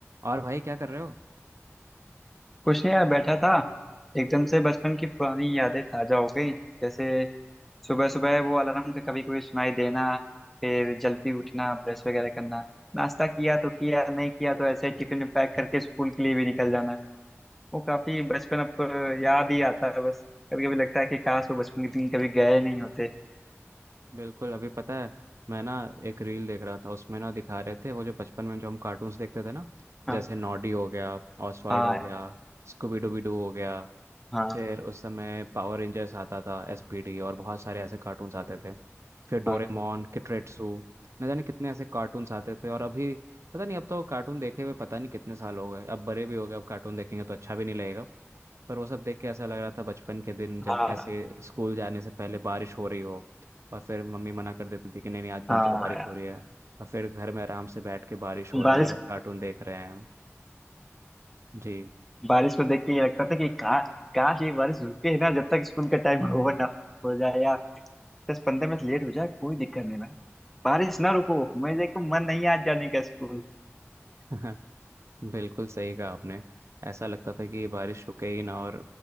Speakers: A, on the right (about 70°); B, in the centre.
A: और भाई क्या कर रहे हो
B: कुछ नहीं यार बैठा था एकदम से बचपन की पुरानी यादें ताजा हो गई जैसे सुबह सुबह वो अलार्म का कभी कभी सुनाई देना फिर जल्दी उठना ब्रश वगैरह करना नाश्ता किया तो किया नहीं किया तो ऐसे ही टिफिन में पैक करके स्कूल के लिए भी निकल जाना वो काफी बचपन अब अ, याद ही आता है बस कभी कभी लगता है कि काश वो बचपन के दिन कभी गए नहीं होते
A: बिल्कुल अभी पता है मैं ना एक रील देख रहा था उसमें ना दिखा रहे थे वो जो बचपन में जो हम कार्टून्स देखते थे ना
B: हाँ
A: जैसे नॉडी हो गया ऑसवर्ल्ड
B: हाँ
A: हो
B: यार,
A: गया स्कूबी डूबी डू हो गया
B: हाँ
A: फिर उस समय पावर रेंजर्स आता था एसपीडी और बहुत सारे ऐसे कार्टून्स आते थे फिर डोरेमोन
B: हाँ
A: किट्रेट्सू न जाने कितने ऐसे कार्टून्स आते थे और अभी पता नहीं अब तो कार्टून देखे हुए पता नहीं कितने साल हो गए अब बड़े भी हो गए अब कार्टून देखेंगे तो अच्छा भी नहीं लगेगा पर वो सब देख के ऐसा लग रहा था बचपन के दिन जब
B: हाँ
A: ऐसे स्कूल जाने से पहले बारिश हो रही हो और फिर मम्मी मना कर देती थी कि नहीं नहीं आज
B: हाँ
A: मत जाओ बारिश
B: यार।
A: हो रही है और फिर घर में आराम से बैठ के बारिश हो
B: बारिश
A: रही है और कार्टून देख रहे हैं जी
B: बारिश को देख के ये लगता था कि काश काश ये बारिश रुके ना जब तक स्कूल का टाइम <laughs> ओवर ना हो जाए या दस पंद्रह मिनट लेट हो जाए कोई दिक्कत नहीं भाई बारिश ना रुको मेरे को मन नहीं है आज जाने का स्कूल
A: <laughs> बिल्कुल सही कहा आपने ऐसा लगता था कि ये बारिश रुके ही ना और